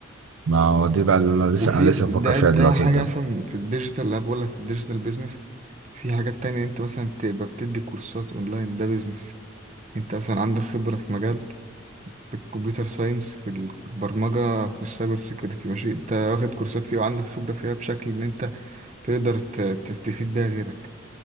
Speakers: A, on the right; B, on the right.
A: ما هو دي بقى اللي انا لسه
B: وفي
A: انا لسه
B: ده
A: بفكر فيها
B: ده
A: دلوقتي
B: حاجة
A: قدام
B: مثلا في الديجيتال اللي بقول لك في الديجيتال بيزنس في حاجات تانية انت مثلا تبقى بتدي كورسات اونلاين ده بيزنس انت مثلا عندك خبرة في مجال في الكمبيوتر ساينس في البرمجة في السايبر سيكيورتي ماشي انت واخد كورسات فيها وعندك خبرة فيها بشكل ان انت تقدر ت- ت- تفيد بيها غيرك